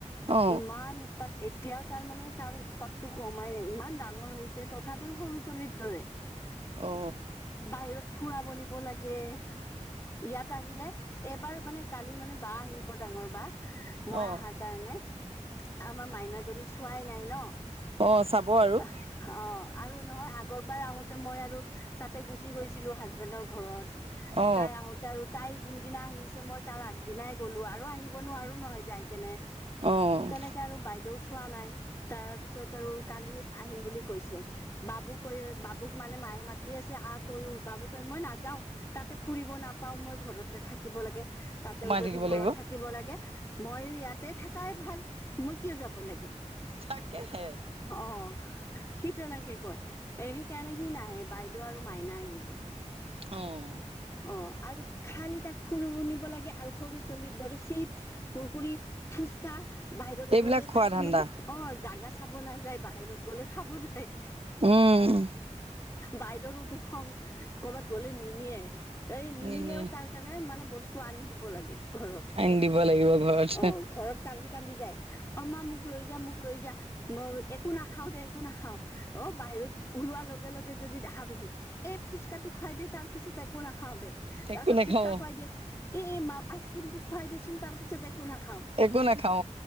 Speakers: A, on the right (about 50°); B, on the left (about 25°).
A: অ
B: ইমান উৎপাত এতিয়াও তাৰ মানে তাৰ উৎপাতটো কমাই নাই ইমান ডাঙ ঙৰ হৈছে তথাপিও মোৰ চুলিত ধৰে
A: অ
B: বাহিৰত ফুৰাব নিব লাগে ইয়াত আহিলে। এইবাৰ মানে কালি মানে বা আহিব ডাঙৰ বা মই
A: অ
B: আহাৰ কাৰণে। আমাৰ মাইনাাজনীক চোৱাই নাই ন।
A: অ চাব আৰু
B: অ আৰু নহয় আগৰপৰাই আহোতে মই আৰু তাতে গুচি গৈছিলো হাজবেণ্ডৰ ঘৰত।
A: অ
B: তাই আহোতে আৰু তাই যোনদিনা আহিছে মই তাৰ আগদিনাই গ'লো আৰু আহিব নোৱাৰো নহয় যাই কেনে
A: অহ
B: তেনেকে আৰু বাইদেউ চোৱা নাই তাৰ পিছত আৰু কালি আহিম বুলি কৈছে। বাবু কৈ বাবুক মানে মায়ে মাতি আছে আ তইয়ো বাবু কয় মই নাযাওঁ। তাতে ফুৰিব নাপাওঁ মই ঘৰতে থাকিব লাগে। তাতেও
A: সোমাই
B: যদি
A: থাকিব
B: ঘৰত
A: লাগিব
B: থাকিব লাগে মইয়ো ইয়াত তে থাকাই ভাল মই কিয় যাব লাগে?
A: তাকেহে
B: অ সি তেনেকে কয়। সেইকাৰণে সি নাহে বাই দেউ আৰু মাইনা আহিব।
A: অঁ
B: অ আৰু খালি তাক ফুৰিব নিব লাগে আৰু খৰি চলিৰ দৰে চিপছ কুৰকুৰি ফুচকা বাহিৰত
A: এইবিলাক
B: গ'লে
A: খোৱা
B: তাক
A: ধান্দা
B: মানে অ জাগা চাব নাযায় বাহিৰত গ'লে খাব যায়।
A: উম
B: বাইদেউৰো উঠে খং কৰ'বাত গ'লে নিনিয়ে এই নিনিলেও
A: নিনিয়ে
B: তাৰ মানে বস্তু আনি দিব লাগে। ঘৰত
A: আনি দিব লাগিব ঘৰত
B: অ ঘৰত কান্দি কান্দি যায় অ মা মোক লৈ যা মোক লৈ যা মই একো না খাওঁতে একো নাখাওঁ অ বাহিৰত ওলোৱাৰ লগে লগে যদি দেখা পাইছে এই ফুচকাটো খুৱাই দে তাৰ পিছত একো নাখাওঁ দে তাৰ
A: একো
B: পাছত
A: নেখাব
B: ফুচকা খুৱাই দিয়ে এ মা আইচ ক্ৰীম টো খুৱাই দিয়েচোন তাৰ পিছতে একো নাখাওঁ।
A: একো নাখাও